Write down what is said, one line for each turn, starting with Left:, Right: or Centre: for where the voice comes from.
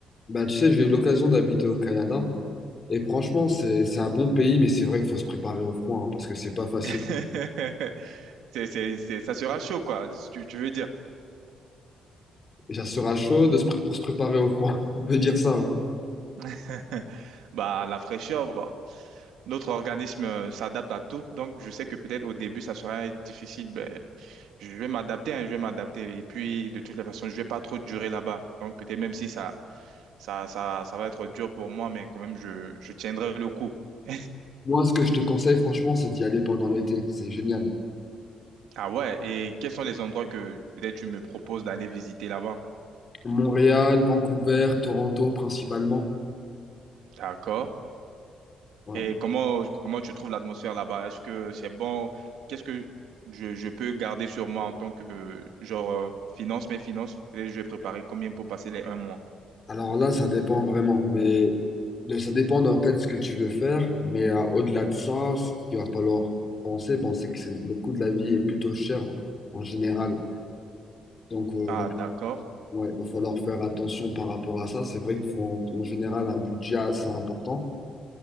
Left: Bah, tu sais, j'ai eu l'occasion d'habiter au Canada. Et franchement, c'est, c'est un bon pays, mais c'est vrai qu'il faut se préparer au froid, hein, parce que c'est pas facile.
Right: <laughs> C'est, c'est, c'est- ça sera chaud, quoi, si tu, tu veux dire.
Left: Et ça sera chaud de se pré- pour se préparer au froid. <laughs> On peut dire ça, ouais.
Right: <laughs> Bah, la fraîcheur, bah, notre organisme euh, s'adapte à tout. Donc, je sais que peut-être au début, ça sera difficile. mais je vais m'adapter, hein, je vais m'adapter. Et puis, de toutes les façons, je vais pas trop durer là-bas. Donc, peut-être même si ça, ça, ça, ça va être dur pour moi, mais quand même, je, je tiendrai le coup. <laughs>
Left: Moi, ce que je te conseille, franchement, c'est d'y aller pendant l'été. C'est génial.
Right: Ah ouais, et quels sont les endroits que peut-être tu me proposes d'aller visiter là-bas?
Left: Montréal, Vancouver, Toronto principalement.
Right: D'accord.
Left: Ouais.
Right: Et comment, comment tu trouves l'atmosphère là-bas? Est-ce que c'est bon? Qu'est-ce que je, je peux garder sur moi en tant que, genre, euh, finance, mes finances? Peut-être je vais préparer combien pour passer les un mois?
Left: Alors là, ça dépend vraiment. Mais de- ça dépend en fait de ce que tu veux faire. Mais euh, au-delà de ça, ce qu'il va falloir penser, bon, c'est que c'est- le coût de la vie est plutôt cher en général. Donc, euh,
Right: Ah,
Left: va-
Right: d'accord.
Left: ouais, il va falloir faire attention par rapport à ça. C'est vrai qu'il faut en en général un budget assez important.